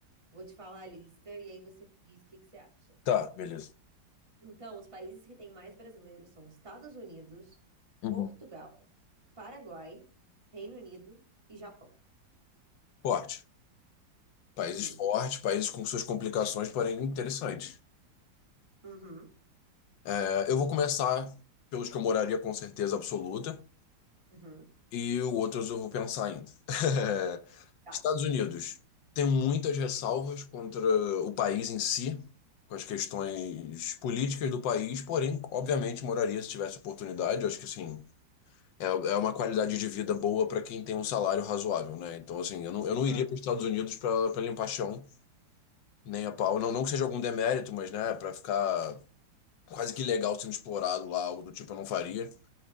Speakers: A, on the right; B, on the left.
A: Vou te falar a lista e aí você me diz o que que você acha.
B: Tá, beleza.
A: Então, os países que têm mais brasileiros são Estados Unidos,
B: Uhum.
A: Portugal, Paraguai, Reino Unido e Japão.
B: Esporte. Países
A: Hum.
B: fortes, países com suas complicações, porém interessantes.
A: Uhum,
B: É, eu vou começar pelos que eu moraria com certeza absoluta
A: uhum.
B: e os outros eu vou pensar ainda. <laughs>
A: Tá.
B: Estados Unidos. tem muitas ressalvas contra o país em si, com as questões políticas do país, porém, obviamente, moraria se tivesse oportunidade. Eu acho que, assim, é, é uma qualidade de vida boa para quem tem um salário razoável, né? Então, assim, eu não, eu não
A: Ah.
B: iria para os Estados Unidos para limpar chão. Nem a pau. Não, não que seja algum demérito, mas, né, pra ficar quase que ilegal sendo explorado lá, algo do tipo, eu não faria.